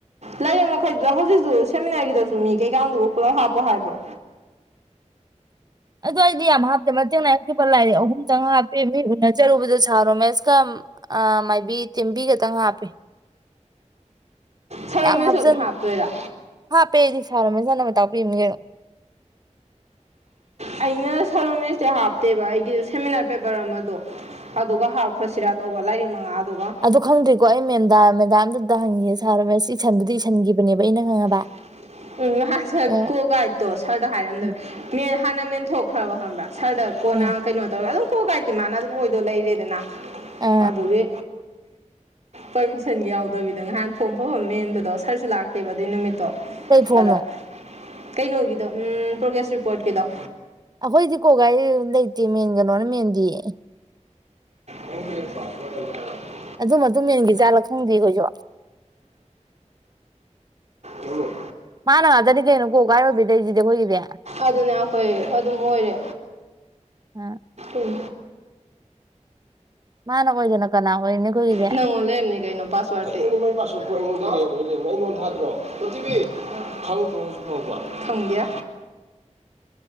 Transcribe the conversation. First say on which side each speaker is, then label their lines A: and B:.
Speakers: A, on the right (about 65°); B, on the right (about 35°).
A: ꯂꯥꯏꯌꯦ ꯃꯈꯩꯗꯨꯗ ꯍꯧꯖꯤꯛꯁꯨ ꯁꯦꯃꯤꯅꯥꯔꯒꯤꯗꯁꯨ ꯃꯤ ꯀꯩꯀꯥꯗꯨꯕꯨ ꯄꯨꯂꯞ ꯍꯥꯞꯄꯣ ꯍꯥꯏꯕ꯭ꯔꯣ
B: ꯑꯗꯣ ꯑꯩꯗꯤ ꯌꯥꯝ ꯍꯥꯞꯇꯦ ꯃꯇꯦꯡ ꯈꯤꯕ ꯂꯥꯏꯔꯤꯛ ꯑꯍꯨꯝ ꯆꯪ ꯍꯥꯞꯄꯤ ꯃꯤ ꯎꯅꯖꯔꯨꯕꯗ ꯁꯥ ꯔꯣꯃꯦꯁꯀ ꯑ ꯃꯥꯏꯕꯤ ꯇꯤꯕꯤ ꯈꯇꯪ ꯍꯥꯞꯄꯤꯦ
A: ꯁꯔꯣꯃꯦꯁꯁꯨ
B: ꯌꯥꯝ ꯍꯥꯞꯆꯤꯟ
A: ꯑꯗꯨꯝ ꯍꯥꯞꯇꯣꯏꯔꯥ
B: ꯍꯥꯞꯄꯦꯔꯗꯤ ꯁꯥꯔꯃꯁꯅ ꯇꯥꯛ ꯄꯤꯝꯅꯤ ꯀꯩꯅꯣ
A: ꯑꯩꯅ ꯁꯔꯣꯃꯦꯁꯇꯤ ꯍꯥꯞꯇꯦꯕ ꯑꯩꯒꯤ ꯁꯦꯃꯤꯅꯥꯔ ꯄꯦꯄꯔ ꯑꯃꯗꯣ ꯑꯗꯨꯒ ꯍꯥꯞꯈ꯭ꯔꯁꯤꯔꯥ ꯇꯧꯕ ꯂꯥꯔꯤꯛ ꯃꯉꯥ ꯑꯗꯨꯒ
B: ꯑꯗꯨ ꯈꯪꯗ꯭ꯔꯤꯀꯣ ꯑꯩ ꯃꯦꯟꯗꯥ ꯃꯦꯗꯥꯝꯗꯨ ꯑꯝꯍꯪꯒꯤꯒꯦ ꯁꯥꯔ ꯔꯥꯃꯦꯁ ꯏꯁꯟꯕꯨꯗꯤ ꯏꯟꯈꯤꯕꯅꯦꯕ ꯑꯩꯅ ꯈꯪꯉꯕ
A: <inaudible> ꯎꯝ ꯉꯍꯥꯟ ꯁꯔ
B: ꯑ
A: ꯀꯣ ꯒꯥꯏꯗꯠꯇꯣ ꯁꯥꯔꯗ ꯍꯥꯏꯔꯝꯗꯕ
B: ꯎꯝ
A: ꯃ ꯍꯥꯟꯅ ꯃꯦꯟꯊꯣꯛꯈ꯭ꯔꯕ ꯈꯪꯕ꯭ꯔꯥ ꯁꯔꯗ ꯀꯣꯟꯅ
B: ꯎꯝ
A: ꯀꯩꯅꯣ ꯇꯧꯔꯦ ꯑꯗꯨꯝ ꯀꯣ ꯒꯥꯏꯗꯠꯇꯤ ꯃꯥꯅ ꯑꯗꯨꯝ ꯑꯣꯏꯗꯣ ꯂꯩꯔꯦꯗꯅ
B: ꯑ
A: ꯑꯗꯨꯗꯤ ꯄꯔꯃꯤꯁꯟꯒꯤ ꯌꯥꯎꯗꯕꯤꯗ ꯉꯍꯥꯟ ꯐꯣꯝ ꯐꯐꯝ ꯃꯦꯟꯕꯗꯣ ꯁꯔꯁꯨ ꯂꯥꯛꯇꯦꯕ ꯑꯗꯨꯩ ꯅꯨꯃꯤꯠꯇꯣ
B: ꯀꯩ ꯐꯣꯝꯅꯣ
A: ꯑꯗ ꯀꯩꯅꯣꯒꯤꯗꯣ ꯎꯝ ꯄ꯭ꯔꯣꯒ꯭ꯔꯦꯁ ꯔꯤꯄꯣꯔꯠꯀꯤꯗꯣ
B: ꯑꯩꯈꯣꯏꯗꯤ ꯀꯣ ꯒꯥꫪꯤ ꯂꯩꯇꯦ ꯃꯦꯟ ꯒꯅꯣꯅ ꯃꯦꯟꯒꯤꯌꯦ
A: ꯅꯪꯒꯤ ꯄꯥꯁꯄꯣꯠ ꯑꯝ ꯍꯥꯏꯔꯛꯑꯣ
B: ꯑꯗꯨꯝ ꯑꯗꯨꯝ ꯃꯦꯟꯒꯤ ꯖꯥꯠꯂꯥ ꯈꯪꯗꯦꯈꯣꯏꯁꯨ꯫
A: ꯎ
B: ꯃꯥꯅ ꯇꯅꯤ ꯀꯦꯩꯅ ꯀꯣ ꯀꯥꯏꯕꯗꯩꯗꯦ ꯍꯣꯒꯗꯦ
A: ꯑꯗꯨꯅꯦ ꯑꯩꯈꯣꯏ ꯑꯗꯨꯝ ꯑꯣꯏꯔꯦ
B: ꯎꯝ
A: ꯎꯝ
B: ꯃꯥꯅ ꯑꯣꯏꯗꯅ ꯀꯅꯥ ꯑꯣꯏꯔꯤꯅꯤ ꯑꯩꯈꯣꯏꯒꯤꯗꯤ
A: ꯅ ꯃꯣꯂꯅꯤ ꯀ ꯄꯥꯁꯋꯥꯔꯗꯇꯣ <unintelligible> ꯄꯥꯁꯋꯥꯔꯗꯄꯨ ꯑꯩꯉꯣꯟꯗ <unintelligible> ꯑꯩꯉꯣꯟꯗ ꯊꯥꯗ꯭ꯔꯣ <unintelligible> ꯈꯪꯗ꯭ꯔꯣ ꯍꯕꯣ ꯈꯪꯒꯦ